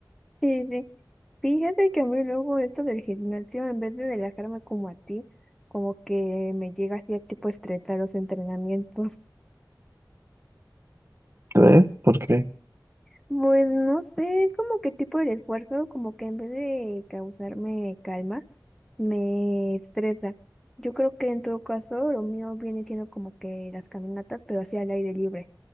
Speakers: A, in the centre; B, on the right (about 35°).
A: Sí, sí. Fíjate que a mí luego esto del gimnasio, en vez de relajarme como a ti, como que me llega así a tipo estresar los entrenamientos.
B: ¿Ves? ¿Por qué?
A: Pues no sé, es como que tipo el esfuerzo, como que en vez de causarme calma, me estresa. Yo creo que en todo caso lo mío viene siendo como que las caminatas, pero así al aire libre.